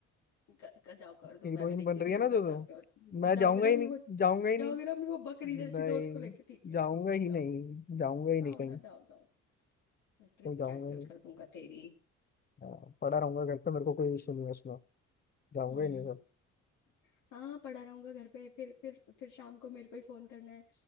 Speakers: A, on the left; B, on the left.
A: कर, कर जाओ कर
B: हीरोइन
A: दो मैं भी देखती
B: बन
A: हूँ
B: रही
A: किसके
B: है ना
A: साथ
B: जो
A: जाते
B: तो
A: हो
B: मैं
A: जाओगे
B: जाऊंगा
A: ना
B: ही
A: अपने
B: नहीं
A: वो
B: जाऊंगा ही नहीं
A: जाओगे ना अपने वो बकरी जैसी
B: नहीं
A: दोस्त को लेके ठीक है
B: जाऊंगा
A: ठीक है
B: ही
A: जाओ
B: नहीं
A: जाओ
B: जाऊंगा ही
A: जाओ
B: नहीं कहीं
A: ना जाओ जाओ मैं ट्रिप
B: तो जाऊंगा
A: कैंसिल
B: ही नहीं
A: कर दूंगा तेरी
B: हाँ, पड़ा रहूंगा घर पे मेरे को कोई इशू नहीं है उसमें जाऊंगा
A: हम्म
B: ही नहीं घर
A: हाँ पड़ा रहूंगा घर पे फिर फिर फिर शाम को मेरे को ही फोन करना है